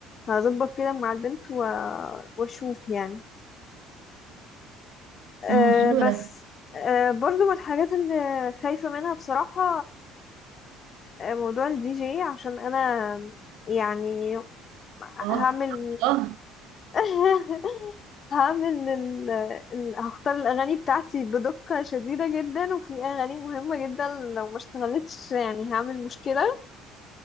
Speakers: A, on the left; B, on the right.
A: هظبط كده مع البنت و... واشوف يعني
B: امم
A: آه،
B: حلو
A: بس
B: ده
A: آه، برضو من الحاجات اللي خايفة منها بصراحة آه، موضوع الدي جي عشان أنا يعني
B: اه
A: هعمل
B: الله
A: <laughs> هعمل ال... ال- هختار الأغاني بتاعتي بدقة شديدة جدا وفي أغاني مهمة جدا لو ما اشتغلتش يعني هعمل مشكلة